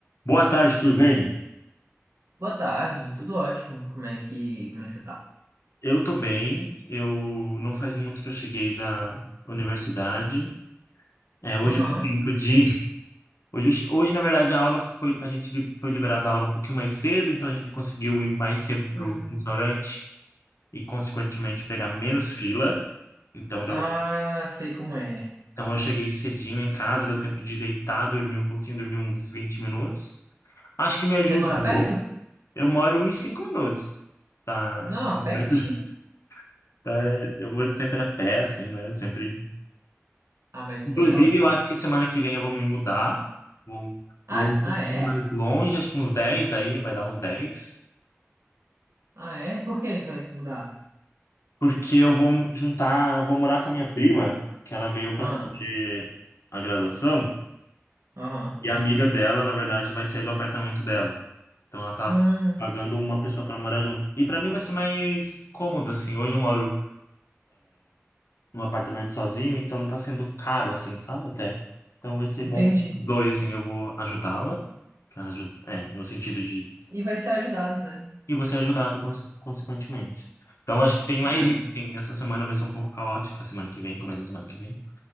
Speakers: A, on the left; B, on the right.
A: Boa tarde, tudo bem?
B: Boa tarde, tudo ótimo. Como é que, como é que você tá?
A: Eu tô bem. Eu não faz muito que eu cheguei da universidade. É, hoje
B: Aham.
A: deu tempo de <laughs> hoje, eu che- hoje na verdade a aula foi a gente li- foi liberada a aula um pouquinho mais cedo, então a gente conseguiu ir mais cedo pro
B: Ah,
A: restaurante e consequentemente pegar menos fila. Então deu,
B: ah, sei como é.
A: então eu cheguei cedinho em casa, deu tempo de deitar, dormir um pouquinho, dormir uns 20 minutos. Acho que me ajudou.
B: Você mora perto?
A: Eu moro uns 5 minutos da
B: Não,
A: universidade.
B: pertinho.
A: É, eu vou sempre a pé, assim, né? Sempre.
B: Ah, mas
A: Inclusive,
B: isso aí é ótimo.
A: eu acho que semana que vem eu vou me mudar. Vou,
B: Ah,
A: vou um pouquinho
B: ah é?
A: mais longe, acho que uns 10 daí vai dar uns dez
B: Ah, é? Por que você vai se mudar?
A: Porque eu vou juntar, vou morar com a minha prima, que ela veio para
B: Ah,
A: fazer a graduação,
B: aham.
A: e a amiga dela, na verdade, vai sair do apartamento dela. Então ela tá
B: Hum,
A: pagando uma pessoa para morar junto. E para mim vai ser mais cômodo, assim. Hoje eu moro num apartamento sozinho, então tá sendo caro, assim, sabe? Até. Então vai ser bom.
B: entendi.
A: Dois, assim, eu vou ajudá-la, pra aju- é, no sentido de.
B: E vai ser ajudado, né?
A: E você é ajudado, conse- consequentemente. Então acho que tem mais
B: Ah,
A: isso.
B: não.
A: Tem, essa semana vai ser um pouco caótica, a semana que vem, começo da semana que vem,